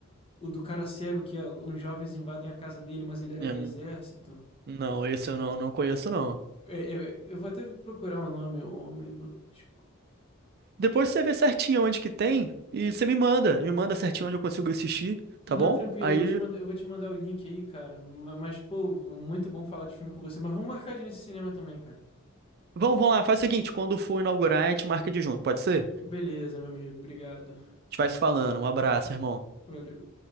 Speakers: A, on the left; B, on the right.
A: o do cara cego, que é, uns jovens invadem a casa dele, mas ele era
B: É,
A: do exército.
B: Não, esse eu não, não conheço, não.
A: É, é, eu vou até procurar o nome, O Homem no Escuro.
B: Depois você vê certinho onde que tem e você me manda. Me manda certinho onde eu consigo assistir,
A: Não,
B: tá bom?
A: tranquilo,
B: Aí,
A: eu vou te mandar, eu vou te mandar o link aí, cara. Ma- Mas, pô, muito bom falar de filme com você. Mas vamos marcar de ir nesse cinema também, cara.
B: vamos, vamos lá. Faz o seguinte, quando for inaugurar, a gente marca de junto, pode ser? A
A: Beleza, meu amigo, obrigado.
B: gente vai se falando. Um abraço, irmão.
A: Valeu.